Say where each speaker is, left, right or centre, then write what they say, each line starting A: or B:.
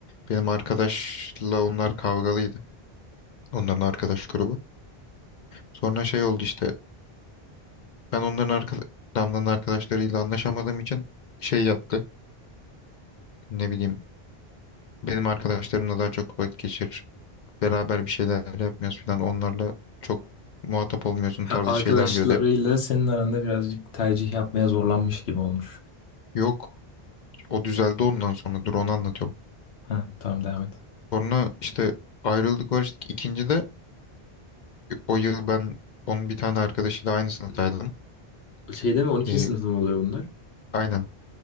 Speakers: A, on the left; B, on the left.
A: Benim arkadaşla onlar kavgalıydı. Onların arkadaş grubu. Sonra şey oldu işte. Ben onların arka, Damla'nın arkadaşlarıyla anlaşamadığım için şey yaptı. Ne bileyim benim arkadaşlarımla daha çok vakit geçirir. Beraber bir şeyler yapmıyoruz falan. Onlarla çok muhatap olmuyorsun
B: Ha,
A: tarzı
B: arkadaşlarıyla
A: şeyler diyordu hep.
B: senin aranda birazcık tercih yapmaya zorlanmış gibi olmuş.
A: Yok o düzeldi ondan sonra dur onu anlatıyorum.
B: Ha, tamam devam et.
A: Sonra işte ayrıldık barıştık. İkinci de o yıl ben onun bir tane arkadaşıyla aynı sınıftaydım.
B: Şeyde mi 12.
A: Ee,
B: sınıfta mı oluyor bunlar?
A: aynen.